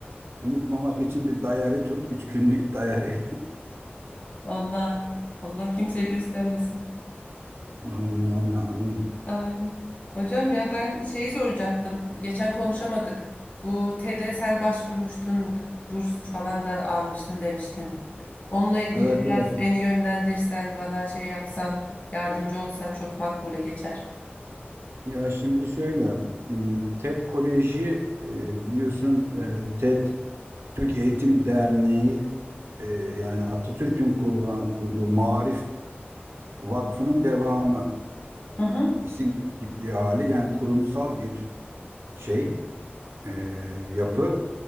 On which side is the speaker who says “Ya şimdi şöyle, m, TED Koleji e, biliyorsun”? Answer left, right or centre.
Right